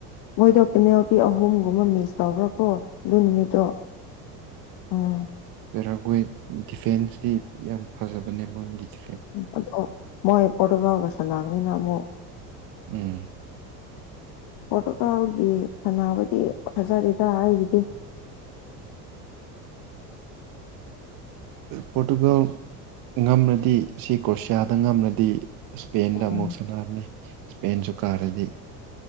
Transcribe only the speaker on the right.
ꯄꯦꯔꯥꯈ꯭ꯋꯦꯠ ꯗꯤꯐꯦꯟꯁꯇꯤ ꯌꯥꯝ ꯐꯖꯕꯅꯦ ꯃꯣꯏꯒꯤꯗꯤ
ꯎꯝ
ꯄꯣꯔꯇꯨꯒꯜ ꯉꯝꯂꯗꯤ ꯁꯤ ꯀ꯭ꯔꯣꯁꯤꯌꯥꯗ ꯉꯝꯂꯗꯤ ꯏꯁꯄꯦꯟꯗ
ꯑꯃꯨꯛ ꯁꯥꯟꯅꯔꯅꯤ ꯏꯁꯄꯦꯟꯁꯨ ꯀꯥꯔꯗꯤ